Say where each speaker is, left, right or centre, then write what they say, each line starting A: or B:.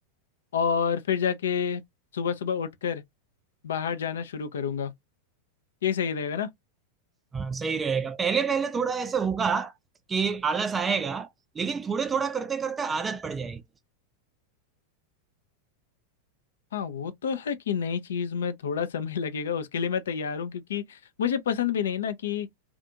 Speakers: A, on the left (about 60°); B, on the right (about 15°).
A: और फिर जाके सुबह सुबह उठकर बाहर जाना शुरू करूंगा ये सही रहेगा ना
B: हाँ सही रहेगा पहले पहले थोड़ा ऐसे होगा कि आलस आएगा लेकिन थोड़े थोड़ा करते करते आदत पड़ जाएगी
A: हाँ वो तो है कि नई चीज में थोड़ा समय <laughs> लगेगा उसके लिए मैं तैयार हूँ क्योंकि मुझे पसंद भी नहीं ना कि